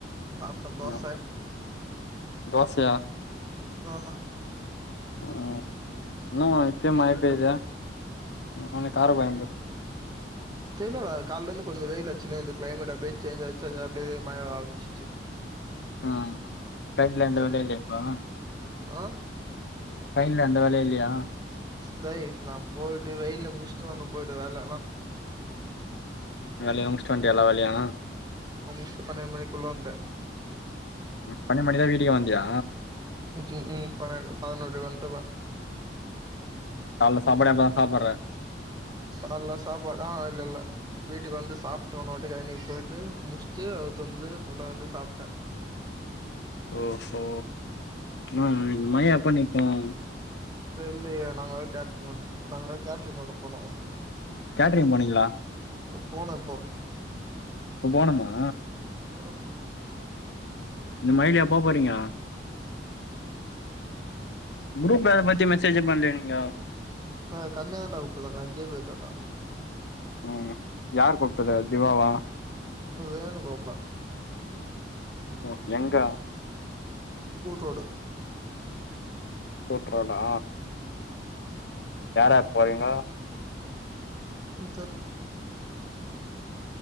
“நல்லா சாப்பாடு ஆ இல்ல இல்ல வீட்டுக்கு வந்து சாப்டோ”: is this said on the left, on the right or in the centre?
Right